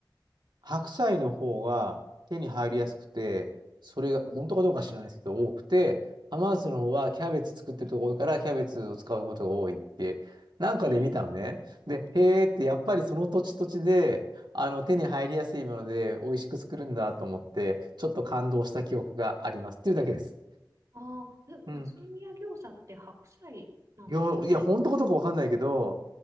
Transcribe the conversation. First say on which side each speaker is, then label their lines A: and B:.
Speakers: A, on the right; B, on the right.
A: 白菜の方が手に入りやすくて、
B: はい、
A: それが本当かどうか知らないですけど、
B: うん、
A: 多くて、アマースの方はキャベツ作ってるところからキャベツを使うことが多いって、なんかで見たのね。
B: へえ、
A: で、へーって、やっぱりその土地土地で、あの、手に入りやすいもので美味しく作るんだと思って、ちょっと感動した記憶がありますっていうだけです。
B: ああー、え、
A: うん。
B: 宇都宮餃子って白菜なんですね。
A: いや、いや、本当かどうかわかんないけど、